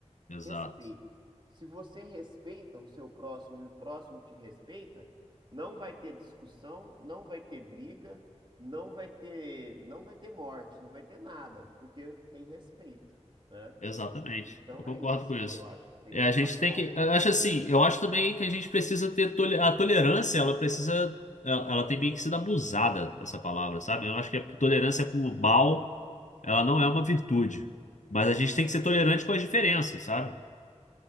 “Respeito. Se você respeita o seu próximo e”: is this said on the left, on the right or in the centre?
Right